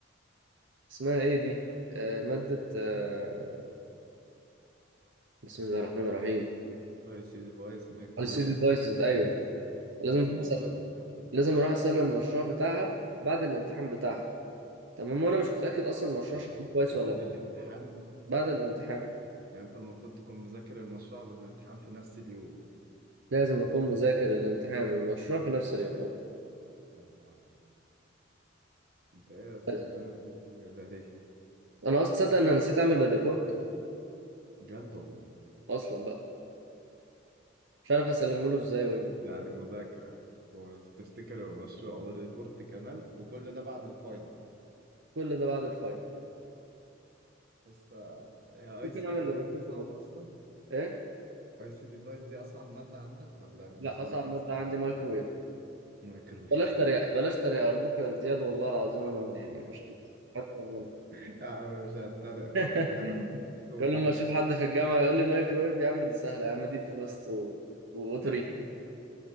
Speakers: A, on the right (about 75°); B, on the right (about 50°).
A: اسمها ايه دي آه مادة آه بسم الله الرحمن الرحيم
B: اي سي ديفايس مايكرويف
A: السيديدايسز ايوه لازم
B: اي
A: اروح
B: سي
A: اسلم
B: ديفايس فاهم
A: لازم اروح اسلم المشروع بتاعها بعد الامتحان بتاعها تمام وانا مش متأكد اصلا المشروع
B: يا
A: شكله
B: لهوي
A: كويس
B: بعد
A: ولا لا
B: الامتحان
A: بعد الامتحان
B: يعني انت المفروض تكون مذاكر المشروع والامتحان في نفس اليوم
A: لازم اكون مذاكر الامتحان والمشروع في نفس اليوم
B: يا لهوي. انت ايه بس
A: طيب،
B: بيعملوا فيك كده ليه
A: انا اصلا تصدق ان انا نسيت اعمل الريبورت
B: بجد والله
A: اصلا بقى مش عارف اسلمه له ازاي وامتى
B: يعني مذاكرة وتفتكر المشروع والريبورت كمان وكل ده بعد الفاينل
A: كل ده بعد الفاينل
B: بس آه، يا اي
A: ممكن
B: سي
A: اعمل
B: ديفايس
A: الريبورت
B: دي صعبة
A: بكره
B: اصلا
A: ايه
B: اي سي ديفايس دي اصعب ماده عندك ولا بالنسبه
A: لا اصعب
B: لك اصعب
A: مادة
B: ماده
A: عندي مايكرويف
B: مايكرويف
A: بلاش تريقة بلاش تريقة أرجوك يا زياد والله العظيم أنا يعني مش حتى أنا
B: <laughs> يا عم مش هتريق
A: <laughs>
B: كنت هتكلم مع الدكتور
A: كل ما أشوف
B: بس
A: حد في الجامعة يقول لي مايكرويف يا عم دي سهلة يا عم دي فروست و... وأوتوري
B: <laughs>